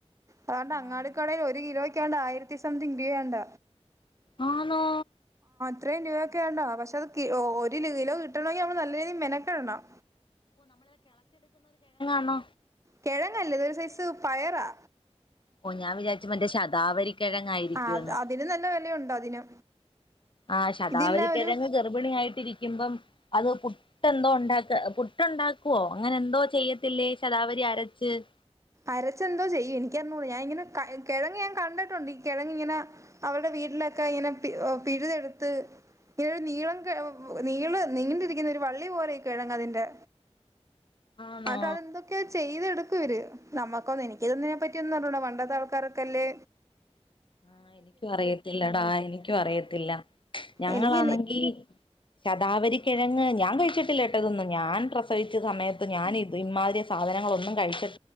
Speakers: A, on the right; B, on the left.
A: അതണ്ട്
B: ആഹ്
A: അങ്ങാട കടയിൽ ഒരു കിലോയ്ക്കാണ്ട് ആയിരത്തി സംതിങ് രൂപയാണ്ട.
B: ആനോ
A: ഇത്രയും രൂപയൊക്കെ വണ്ടോ പക്ഷെ അത് ഒരു കിലോ കിട്ടണമെങ്കിൽ നമ്മള് നല്ല രീതിയിൽ മെനക്കെടണം.
B: ആണ
A: കിഴങ്ങല്ലേത് ഒരു സൈസ് പയറാ.
B: ഓ ഞാൻ വിചാരിച് മറ്റേ ശതാാവ കിഴങ്ങായിരിക്കുവന്ന്.
A: ആ അത് അതിന് നല്ല വിലയുണ്ട് അതിന്
B: ആ ശതാവിക്കിഴങ്ങ്
A: ഇതില്ല ഒരു
B: ഗർഭിണി ആായിട്ടിരിക്കുമ്പം. അത് പുട്ടെന്തോ ഉണ്ടാക്ക പുട്ടുണ്ടാക്കുവോ അങ്ങനെ എന്തോ ചെയ്യത്തില്ലേ ശതാാവരി അരച്ച്. ഉ
A: അരച്ചെന്തോ ചെയ്യും എനിക്കറിഞ്ഞോളൂ ഞാാന് ഇങ്ങനെ കിഴങ്ങ് ഞാൻ കണ്ടിട്ടുണ്ട് ഈ കിഴ ഇങ്ങനെ അവടെ വീട്ടിലൊക്കെ ഇങ്ങനെ പിഴുതെടുത്ത് ഇങ്ങനരു നീളം നീള് നീണ്ടിരിക്കുന്ന ഒരു വള്ളി പോലെ കിഴങ്ങ അതിന്റെ
B: ആന്നോ
A: അത് അതെന്തൊക്കെയ ചെയ്തെടുക്കും ഇവര്. നമ്മക്കൊന്ന് എനിക്കിതൊന്നിനെ പറ്റിയൊന്നും അറിഞ്ഞുടാ പണ്ടത്തെ ആൾക്കാരൊക്കെല്ലേ
B: ആ എനിക്കും അറിയത്തില്ലടാ എനിക്കും അറിയത്തില്ല ഞങ്ങളാണെങ്കിൽ
A: എനിക്ക്
B: ശതാവരിക്കിഴ ങ്ങ് ഞാൻ കഴിച്ചിട്ടില്ലേട്ടോ ഇതൊന്നു ഞാൻ പ്രസവിച്ച സമയത്ത് ഞാൻ ഇമാതിരി സാധനങ്ങളൊന്നും കഴിച്ചി